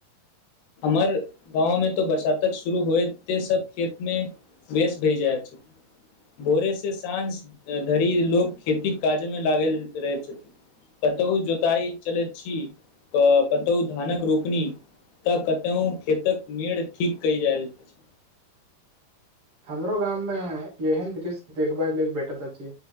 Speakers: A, on the left; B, on the right.
A: हर गाँंव में तो बरसातक शुरू होएते, सब खेत मे वेस भय जाय छैय। भोरे से साँझ धरि लोक खेती काज मे लागल रहै छथिन। कतहु जोताई चलैत छी, ते कतहु धानक रोपनी। तऽ कतौह खेतक मेड़ ठीक कय जायल अछि।
B: हमरो गाम मे एहन दृश्य देखबा लेल भेटत अछि।